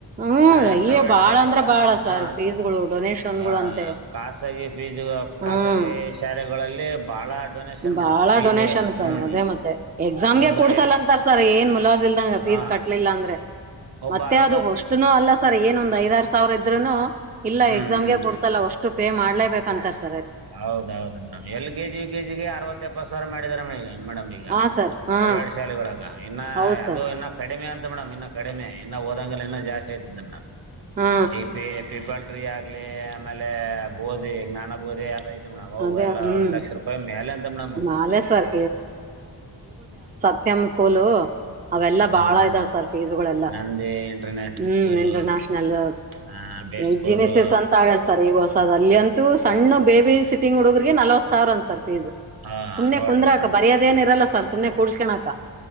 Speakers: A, on the right; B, on the right.
A: ಹ್ಮ್
B: ಅರ ಪ್ರೈವೇಟ್
A: ಬಾಳ
B: ಶಾಲೆಗಳ
A: ಅಂದ್ರ ಬಾಳ ಸರ್
B: ಹಾ
A: ಫೀಸ್ಗಳು ಡೊನೇಷನ್ಗಳು
B: ಹ
A: ಅಂತೆ
B: ಖಾಸಗಿ ಫೀಸು
A: ಹ್ಮ್
B: ಖಾಸಗಿ ಶಾಲೆಗಳಲ್ಲಿ ಬಹಳ ಡೊನೇಷನ್
A: ಬಾಳ
B: ಮೇಡಮ್ ಫೀಸ್
A: ಡೊನೇಶನ್
B: ಹ್ಮ್
A: ಸರ್ ಅದೇ ಮತ್ತೆ ಎಕ್ಸಾಮ್ಗೆ
B: ಒಬ್ಬ
A: ಕೂಡ್ಸಲ್ಲ
B: ಎಲ್
A: ಅಂತಾರ ಸರ್ ಏನ್ ಮುಲಾಜಿಲ್ದಂಗ ಫೀಸ್
B: ಹಾ
A: ಕಟ್ಲಿಲ್ಲ ಅಂದ್ರೆ
B: ಒಬ್ಬ
A: ಮತ್ತೆ
B: ಅರವತ್
A: ಅದು ಓಷ್ಟುನ್ನು ಅಲ್ಲ ಸರ್ ಏನೊಂದ್ ಐದಾರು ಸಾವಿರ ಇದ್ರುನು ಇಲ್ಲ
B: ಹ್ಮ್
A: ಎಕ್ಸಾಮ್
B: ಹ್ಮ್
A: ಗೆ ಕೂಡ್ಸಲ್ಲ ಒಷ್ಟು ಪೇ ಮಾಡ್ಲೇಬೇಕ ಅಂತಾರ್ ಸ
B: ಹೌದೌದ madam L K G, U K G ಗೆ ಅರವತ್ತ ಎಪ್ಪತ್ತು ಸಾವಿರ ಮಾಡಿದ್ರಮ್ಮ ಈಗ ಮೇಡಮ್ ಈಗ
A: ಹಾ ಸರ್ ಹಾ
B: ಪ್ರೈವೇಟ್ ಶಾಲೆಗಳಾಗ ಇನ್ನ
A: ಹೌದ್ ಸರ್
B: ಅದು ಇನ್ನ ಕಡಿಮೆ ಅಂ ಮೇಡಮ್ ಇನ್ನ ಕಡಿಮೆ ಇನ್ನ ಓದಂಗಲ್ಲ ಇನ್ನ ಜಾಸ್ತಿ ಆಯ್ತ ಮೇಡಮ್
A: ಹಾ
B: ಈ ಪೇ ಪೀಪಲ್ ಟ್ರೀ ಆಗ್ಲಿ ಆಮೇಲೆ ಬೋಧಿ ಜ್ಞಾನ ಬೋಧಿ ಅದ ಅವು
A: ಅದೇ
B: ಎಲ್ಲ
A: ಹ್ಮ್
B: ಒಂದ್ ಲಕ್ಷ ರೂಪಾಯಿ ಮ್ಯಾಲೆ ಅಂತ ಮೇಡಂ
A: ನಾಲೆ ಸರ್ ಸೆಮ್ ಸ್ಕೂಲು ಅವೆಲ್ಲಾ ಬಾಳ
B: ಹಾ
A: ಇದಾವ ಸರ್ ಫೀಸ್ಗುಳೆಲ್ಲಾ
B: ನಂದೇ ಇಂಟರ್ನ್ಯಾಷನಲ್
A: ಹ್ಮ್
B: ಸ್ಕೂಲು
A: ಇಂಟರ್ನ್ಯಾಷನಲ್
B: ಆ ಬೆಸ್ಟ್
A: ಈಜಿನಿಸಸ್
B: ಸ್ಕೂಲು
A: ಅಂತ ಆಗದ್ ಸರ್ ಈಗ ಹೊಸ ಅಲ್ಲಿ ಅಂತೂ ಸಣ್ಣ ಬೇಬಿ ಸಿಟಿಂಗ್ ಹುಡುಗ್ರಿಗೆ ನಲ್ವತ್ ಸಾವಿರ ಅಂತ್ ಸರ್
B: ಹಾ
A: ಸುಮ್ನೆ
B: ನೋಡ್ದೆ
A: ಕುಂದ್ರಾಕ
B: ಮೇಡಮ್
A: ಬರಿಯೋದೇನ್ ಇರಲ್ಲ ಸರ್ ಸುಮ್ನೆ ಕೂಡ್ಸ್ಕಣಕ